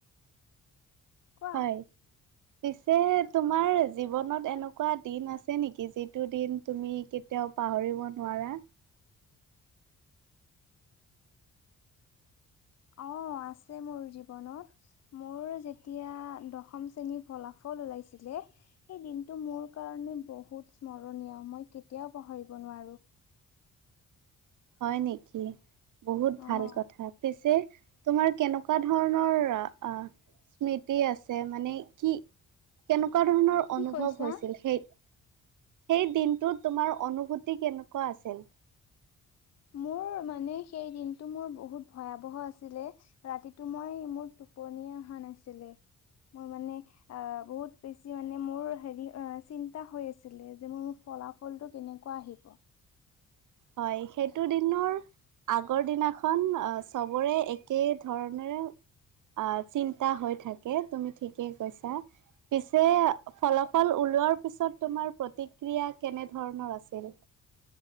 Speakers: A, on the left; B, on the right.
A: কোৱা।
B: হয়। পিছে তোমাৰ জীৱনত এনেকুৱা দিন আছে নেকি যিটো দিন তুমি কেতিয়াও পাহৰিব নোৱাৰা?
A: <inaudible> অ আছে মোৰ জীৱনত মোৰ যেতিয়া দশম শ্ৰেণীৰ ফলা- ফল উলাইছিলে সেই দিনটো মোৰ কাৰণে বহুত স্মৰণীয়া মই কেতিয়া পাহৰিব- নোৱাৰো।
B: হয় নেকি বহুত
A: অ',
B: ভাল কথা। পিছে তোমাৰ কেনেকুৱা ধৰণৰ আহ। স্মৃতি আছে মানে কি? কেনেকুৱা ধৰণৰ
A: কি
B: অনুভৱ
A: কৈছা?
B: হৈছিল? সেই সেই দিন। টো তোমাৰ অনুভূতি কেনেকুৱা আছিল?
A: মোৰ মানে সেই দিনটো মোৰ বহুত ভয়াৱহ আছিলে, ৰাতিটো মই মোৰ টো- টোপনি আহা নাছিলে। মোৰ মানে বহুত বেছি মানে মোৰ হে চিন্তা হৈ আছিলে যে মোৰ ফা- ফলাফলটো কেনেকুৱা আহিব?
B: হয় সেইটো দিনৰ। আগৰ দিনাখন আহ চবৰে একে ধৰণেৰে। অ চিন্তা হৈ থাকে তুমি ঠিকেই কৈছা পিছে ফলাফল ও- ৰোৱাৰ পিছত তোমাৰ প্ৰতিক্ৰিয়া কেনেধৰণৰ আছিল?